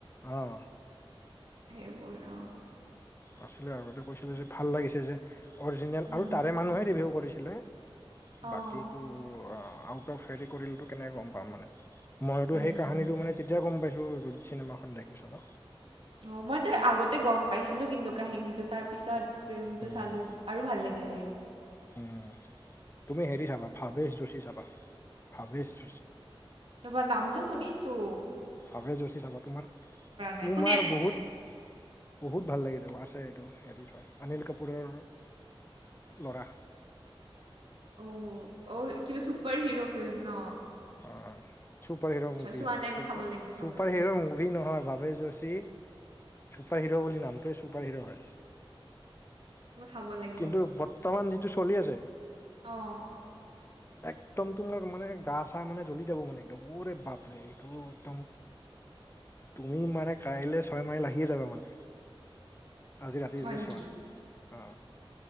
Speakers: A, on the left; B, on the right.
A: অঁ।
B: সেইবোৰ অঁ
A: আছিলে আৰুতে কৈছিলো যে ভাল লাগিছে যে। অৰিজিনেল,
B: উম
A: আৰু তাৰে মানুহে ৰিভিউ কৰিছিলে
B: অঁ
A: বাকীটো আউট অফ হেৰি কৰিলে কেনেকে গম পাম মানে? মইতো
B: উম
A: সেই কাহানীটো
B: উম
A: মানে তেতিয়া গম পাইছো, চিনেমাখন দেখিছিলো।
B: অ মই তাৰ আগতে গম পাইছিলো কিন্তু কাহিনীটো তাৰ পিছত ফে্মটো
A: উম
B: চালোঁ আৰু ভাল লাগিলে।
A: উম তুমি হেৰি চাবা ভাৱেশ যোশী চাবা ভাৱেশ যোশী
B: ৰবা নামটো শুনিছো।
A: ভৱেশ যোশি চাবা তোমাৰ,
B: নাই
A: তোমাৰ
B: কোনে আছে
A: বহুত বহুত ভাল লাগিছে আছে এইটো হেৰি অনিল কাপুৰৰ ল'ৰা
B: অ' অ' কিবা চুপাৰ হিৰ' ফিল্ম ন?
A: অঁ, চুপাৰ হিৰ'
B: আচ্ছা
A: মুভি
B: চোৱা
A: হয়
B: নাই মই চাব লাগিব চাব
A: চুপাৰ
B: লাগিব
A: হিৰ' মুভি নহয় ভৱেশ যোশী ছুপাৰ হিৰ বুলি নামটোৱে ছুপাৰ হিৰ হয়।
B: মই চাব লাগিব।
A: কিন্তু বৰ্তমান যিটো চলি আছে
B: অঁ
A: একদম তোমা মানে গা চা মানে জ্বলি যাব মানে একদম ওৰে বাপৰে এইটো একদম তুমি মানে কাইলৈ ছয় মাইল আহিয়ে যাবা মানে আজি ৰাতি
B: হয়
A: যদি
B: নেকি
A: চোৱা অঁ